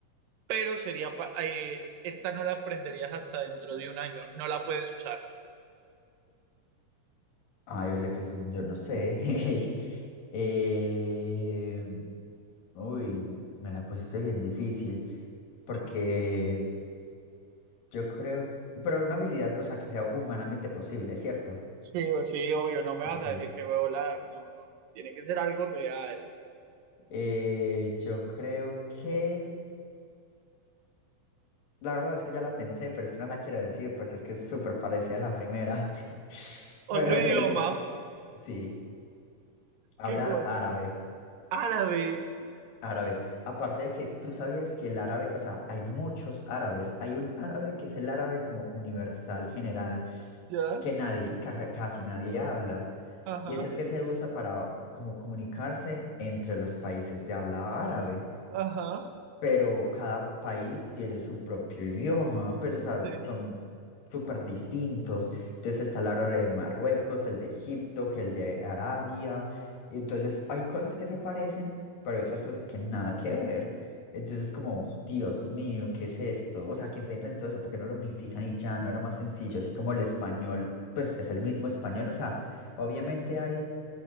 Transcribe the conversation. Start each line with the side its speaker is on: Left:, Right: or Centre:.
Right: pero sería, pa- eh, esta no la aprenderías hasta dentro de un año, no la puedes usar.
Left: ay, ole, que son, yo no sé. <laughs> Eh, uy, me la pusiste bien difícil, porque
Right: Sí,
Left: yo creo, pero una habilidad, o sea, que sea humanamente posible, ¿cierto?
Right: sí, o sí, obvio, no me
Left: Sí,
Right: vas
Left: sí.
Right: a decir que voy a volar, no, no, no, tiene que ser algo real.
Left: Eh, yo creo que, la verdad es que ya la pensé, pero es que no la quiero decir porque es que es súper parecida a la primera. <laughs>
Right: Otro
Left: Pero sería,
Right: idioma,
Left: sí, hablar
Right: ¿qué cosa?
Left: árabe,
Right: Árabe,
Left: árabe. Aparte de que tú sabías que el árabe, o sea, hay muchos árabes. Hay un árabe que es el árabe como universal, general,
Right: ¿ya?
Left: que nadie, ca- ja, casi nadie habla.
Right: Ajá,
Left: Y es el que se usa para como comunicarse entre los países de habla árabe.
Right: ajá.
Left: pero cada país tiene su propio idioma, pues, o sea,
Right: Sí,
Left: son súper distintos. Entonces está el árabe de Marruecos, el de Egipto, que el de Arabia. y Entonces hay cosas que se parecen, pero hay otras cosas que nada que ver. Entonces, como, Dios mío, ¿qué es esto? O sea, ¿quién se inventó eso? ¿Por qué no lo unifican y ya? No era más sencillo, así como el español, pues es el mismo español. O sea, obviamente hay